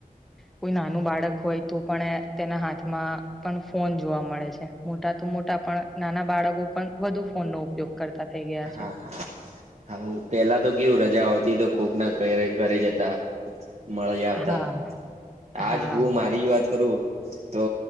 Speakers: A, in the centre; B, on the right.
A: કોઈ નાનું બાળક હોય પણ તેના હાથમાં પણ ફોન જોવા મળે છે મોટા તો મોટા પણ નાના બાળકો પણ વધુ ફોનનો ઉપયોગ કરતા થઈ ગયા
B: હા
A: છે
B: હા હું પેલા તો કેવું રજા હો તી કોકના ઘરે જતા મળી આવતા
A: હા
B: આજ
A: હા
B: હું મારી વાત કરું તો